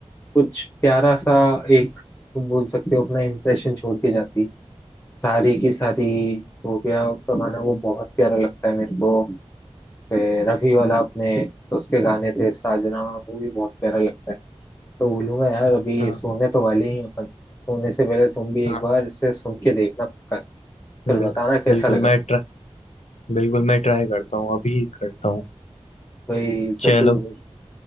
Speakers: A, on the left; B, on the left.
A: कुछ प्यारा सा एक तुम बोल सकते हो अपना इम्प्रेशन छोड़ के जाती है सारी की सारी हो गया उसका गाना वो बहुत प्यारा लगता है मेरे को फिर रफी वाला अपने तो उसके गाने थे साजना वो भी बहुत प्यारा लगता है तो बोलूंगा यार अभी
B: हाँ
A: सोने तो वाले ही हैं अपन सोने से पहले तुम भी
B: हाँ
A: एक बार इसे सुन के देखना पक्का फिर
B: बिल्कुल
A: बताना कैसा
B: बिल्कुल
A: लगा
B: मैं ट्राई बिल्कुल मैं ट्राई करता हूँ अभी करता हूँ
A: भाई
B: चलो
A: जरूर जरूर,